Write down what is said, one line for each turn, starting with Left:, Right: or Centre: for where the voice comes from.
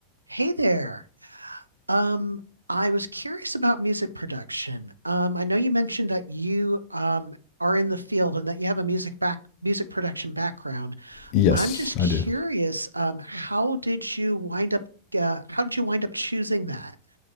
Right: Hey there. Um, I was curious about music production. Um, I know you mentioned that you um, are in the field and that you have a music back music production background.
Left: Yes,
Right: I'm just curious,
Left: I do.
Right: um, how did you wind up uh, how did you wind up choosing that?